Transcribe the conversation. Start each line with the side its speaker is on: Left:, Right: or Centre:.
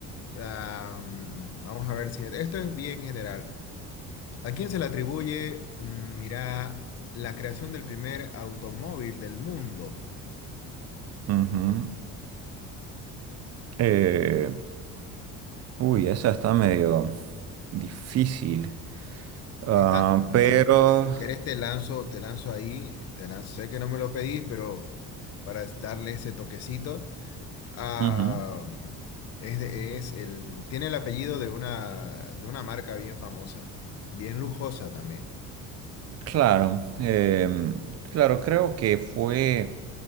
Left: La, mm, vamos a ver si esto es bien general. ¿A quién se le atribuye, mm, mira, la creación del primer automóvil del mundo?
Right: Ujú. Eh, uy, esa está medio difícil. Ah,
Left: Esta,
Right: pero...
Left: si, que- si querés te lanzo, te lanzo ahí, te lanzo, sé que no me lo pedís, pero para darle ese toquecito. Ah,
Right: ujú.
Left: es, de- es el, tiene el apellido de una, de una marca bien famosa, bien lujosa también.
Right: Claro, em, claro, creo que fue,